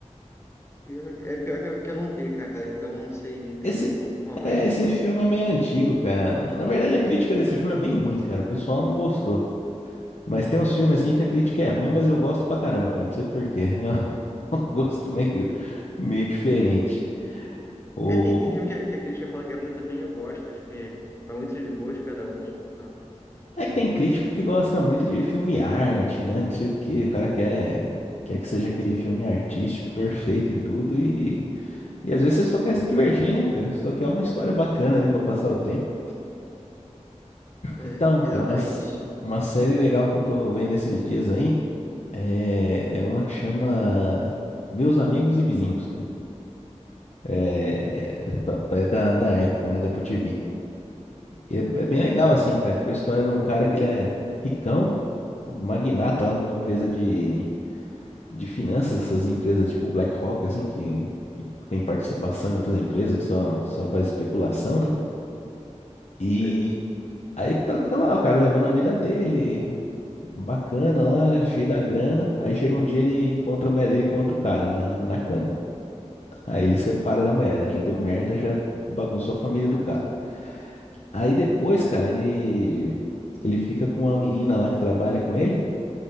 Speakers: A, on the left; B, on the left.
A: pior- é pior que eu, que eu não vi, cara. Então não sei, não tem
B: Esse,
A: muito como falar mais.
B: é, esse filme é meio antigo, cara. Na verdade, a crítica desse filme é bem ruim, cara. O pessoal não gostou. Mas tem uns filmes assim que a crítica é ruim, mas eu gosto pra caramba, cara. Não sei por quê. <laughs> um <laughs> gosto meio, meio diferente. O...
A: É, tem, tem filme que, a- que a crítica fala que é ruim também, eu gosto. Acho que vai muito de gosto de cada um. tá?
B: É que tem crítico que gosta muito de filme arte, né? Não sei o quê. O cara quer, quer que seja aquele filme artístico perfeito em tudo e, e às vezes você só quer se divertir, né, cara? Só quer uma história bacana ali pra passar o tempo.
A: É,
B: Então,
A: exatamente.
B: cara, uma, s- uma série legal que eu tô vendo esses dias aí é, é uma que chama Meus Amigos e Vizinhos, cara. É, é da, da Apple, né? Da Apple TV. E é, é bem legal, assim, cara. Tipo, a história de um cara que ele é ricão, magnata lá de uma empresa de, de finanças, essas empresas tipo BlackRock, assim, que, que tem participação em outras empresas, que só, só faz especulação, né? E
A: Sei.
B: aí que tá- que tava lá, o cara levando a vida dele, bacana lá, cheio da grana. Aí chega um dia ele encontra a mulher dele com outro cara na, na cama. Aí ele separa da mulher, né? Já deu merda, já bagunçou a família do cara. Aí depois, cara, ele ele fica com uma menina lá que trabalha com ele